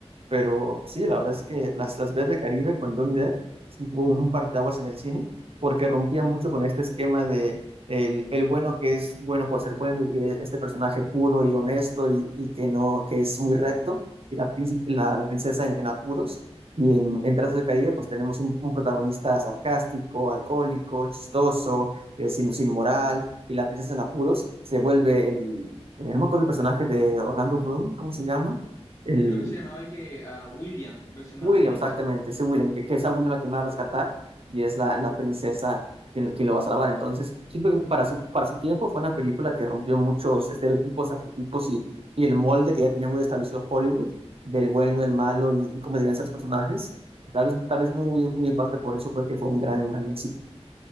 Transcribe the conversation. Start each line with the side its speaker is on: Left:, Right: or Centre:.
Right: Pero sí, la verdad es que las, las veces de Caribe con Johnny Depp sí fue un, un parteaguas en el cine, porque rompía mucho con este esquema de el, el bueno que es bueno por ser bueno, y eh, este personaje puro y honesto y, y que no, que es muy recto, y la, príncipe- la, la princesa en en apuros y en, en Trazos del Caribe, pues tenemos un, un protagonista sarcástico, alcohólico, chistoso, eh, sin, sin moral, y la princesa en apuros se vuelve el, eh, no me acuerdo el personaje de Orlando Bloom, ¿cómo se llama? El,
Left: Creo que se llamaba y que a William, creo que se llama
Right: William,
Left: William,
Right: exactamente,
Left: sí.
Right: ese William, que, que es a William a quien va a rescatar y es la, la princesa quien, quien lo va a salvar. Entonces, siento que para su, para su tiempo fue una película que rompió muchos estereotipos, arquetipos y, y el molde que ya tenía muy establecido Hollywood, del bueno, el malo y, y cómo debían ser los personajes. Tal vez, tal vez muy, muy en parte por eso fue que fue un gran, gran éxito.